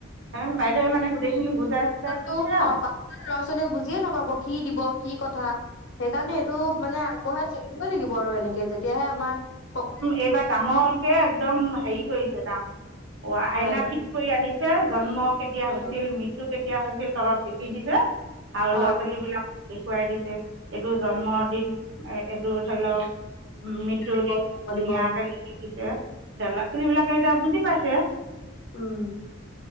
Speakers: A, on the right (about 60°); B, on the left (about 65°).
A: সেইকাৰণে বাইদেৱে মানে গোটেইখিনি বুজাই চুজাই
B: তো
A: দিছে আও
B: অ পাছৰ ল'ৰা ছোৱালীয়ে বুজিয়ে নাপাব কি দিব কি কথা সেইকাৰণে এইটো মানে আগবঢ়াইছে কৰিব লাগিব আৰু এনেক যেতিয়াহে আমাৰ সক
A: এইবাৰ ডাঙৰকে একদম হেৰি কৰিছে ডাঙ অ
B: হয়
A: আইনা ফিট কৰি আনি যে জন্ম কেতিয়া
B: অ
A: হৈছিল মৃত্যু কেতি য়া হৈছিল তলত লিখি দিছিল যে আৰু ল'ৰা
B: অ
A: ছোৱালীবিলাক দে খোৱাই দিছে এইটো
B: হয়
A: জন্মৰ দিন এ এইটো ধৰি লওঁক উম, মৃত্যু
B: দিৱস
A: দিন
B: জন্ম
A: ধুনীয়াকে
B: দিৱস অ
A: লিখি দিছে ল'ৰা ছোৱালী বিলাকে এতিয়া বুজি পাইছে।
B: উম